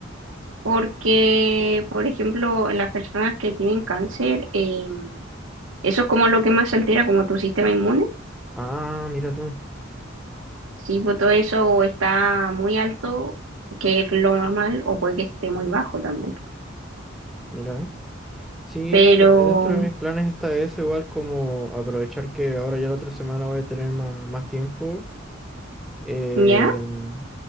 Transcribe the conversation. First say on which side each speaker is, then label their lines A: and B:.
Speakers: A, on the right (about 80°); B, in the centre.
A: porque, por ejemplo, en las personas que tienen cáncer, eh, eso es como lo que más altera como tu sistema inmune.
B: Ah, mira tú,
A: Si pues, todo eso está muy alto, que es lo normal, o puede que esté muy bajo también.
B: mira. Sí,
A: Pero,
B: eh, dentro de mis planes está eso, igual como aprovechar que ahora ya la otra semana voy a tener más, más tiempo, em,
A: ¿ya?